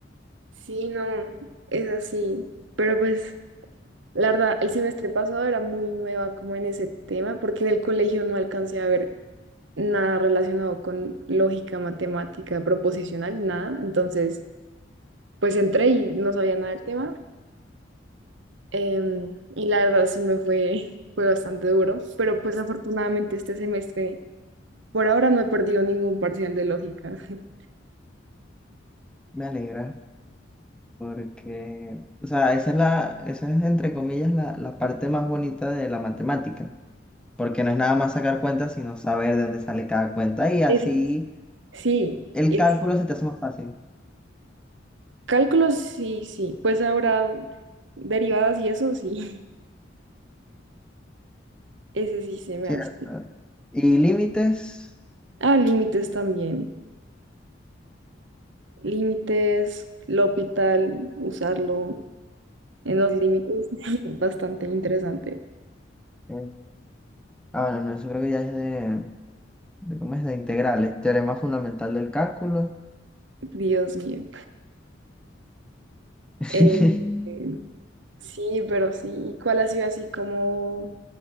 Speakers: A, on the right (about 70°); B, in the centre.
A: sí, no, es así. Pero pues, la verdad, el semestre pasado era muy nueva como en ese tema, porque en el colegio no alcancé a ver nada relacionado con lógica, matemática, proposicional, nada. Entonces, pues entré y no sabía nada del tema. em, y la verdad sí me fue, <laughs> fue bastante duro, pero pues afortunadamente este semestre, por ahora no he perdido ningún parcial de lógica. <laughs>
B: Me alegra porque, o sea, esa es la, esa es entre comillas la, la parte más bonita de la matemática. Porque no es nada más sacar cuentas, sino saber de dónde sale cada cuenta y así
A: Eso Sí,
B: el
A: es-
B: cálculo se te hace más fácil.
A: cálculos, sí, sí. Pues ahora derivadas y eso, sí. <laughs> Ese sí se me
B: Cierto.
A: hace.
B: Y límites.
A: Ah, límites también. Límites, L'Hopital, usarlo en los límites. <laughs> Bastante interesante.
B: eh, ah, no, no, eso creo que ya es de, de ¿cómo es? De integrales. Teorema fundamental del cálculo.
A: Dios mío.
B: <laughs>
A: Eh, eh, sí, pero sí. ¿Y cuál ha sido así como